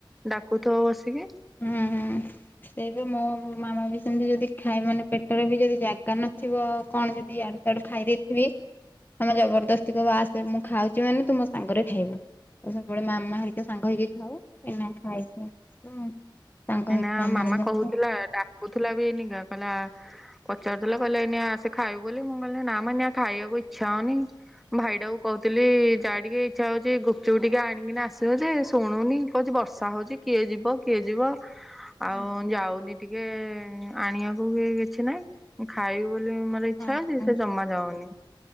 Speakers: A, in the centre; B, on the left.
A: ଡାକୁଥିବ ବସିକି।
B: ହୁଁ। ସେଇବେ ମୋ ମାମା ବି ସେମିତି ଯଦି ଖାଏ ମାନେ ପେଟରେ ବି ଯଦି ଜାଗା ନଥିବ କଣ ଯଦି ଆଡୁ ସେଟେ ଖାଇ ଦେଇଥିବି ତମେ ଜବରଦସ୍ତି କ ବା ଆସେ ମୁଁ ଖାଉଛି ମାନେ ତୁ ମୋ ସାଙ୍ଗରେ ଖାଇବୁ। ଆ ସବୁବେଳେ ମାମା ହେରିକା ସାଙ୍ଗ ଏଇନା ଖାଇକି <unintelligible> ସାଙ୍ଗ
A: ଏଇନା
B: ହେଇକି ମାମାର
A: ମାମା
B: ମୁଁ
A: କହୁଥିଲା ଡାକୁଥିଲା ବି ଏଇନା କହିଲା ପଚାରିଦେଲେ କହିଲେ ଏଇନା ଆସେ ଖାଇବୁ ବୋଲି ମୁଁ କହିଲି ନା ମଏଇନା ଖାଇବାକୁ ଇଚ୍ଛା ହୋଉନି। ଭାଇ ଟା କୁ କହୁଥିଲି ଯାହା ଟିକେ ଇଚ୍ଛା ହଉଛି ଗୁପ୍ ଚୁପ୍ ଟିକେ ଆଣିକିନି ଆସିବ ଯେ ଶୁଣୁନି। କହୁଛି ବର୍ଷା ହଉଛି କିଏ ଯିବ କିଏ ଯିବ। ଆଉ
B: ଖାଉ।
A: ଯାଉନି ଟିକେ ଆଣିବାକୁ କି କିଛି ନାଇଁ ମୁଁ ଖାଇବି ବୋଲି ମ ଇଚ୍ଛା
B: ହଁ
A: ଅଛି ସେ ଜମା ଯାଉନି।